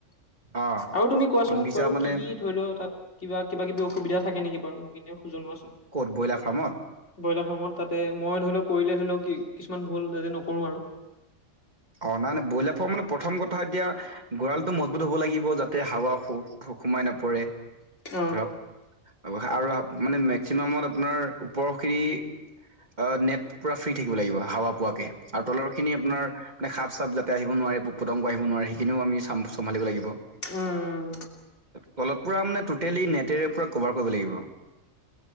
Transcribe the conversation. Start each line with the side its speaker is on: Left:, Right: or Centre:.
Right: অ
Left: আৰু তুমি কোৱাচোন
Right: ইনভিছা
Left: বাৰু
Right: মানে
Left: কি কি ধৰি লও তাত কিবা কিবা কিবি অসুবিধা থাকে নেকি বাৰু মোৰ কিন্তু,
Right: ক'ত ব্ৰইলাৰ ফাৰ্মত
Left: ব্ৰইলাৰ ফাৰ্মত তাতে মই ধৰি লও কৰিলে ধৰি লওক কি কিছুমান ভুল যতে নকৰো আৰু,
Right: অ' নাই ন ব্ৰইলাৰ ফ মানে প্ৰথম কথা এতিয়া গঁৰালটো মজবুত হব লাগিব যাতে হাৱা সোমাই নপৰে
Left: অ
Right: ধৰক আৰু মানে মেক্সিমামত আপোনাৰ ওপৰখৰি অ নেট পুৰা ফ্ৰী থাকিব লাগিব হাৱা পোৱাকে আৰু তলৰ খিনি আপোনাৰ মানে সাপ চাপ যাতে আহিব নোৱাৰে পোক পতংগ আহিব নোৱাৰে সেই খিনিও আমি চাম চম্ভিব লাগিব
Left: উম।
Right: তলত প মানে টটেলি নেটেৰে পৰা কভাৰ কৰিব লাগিব।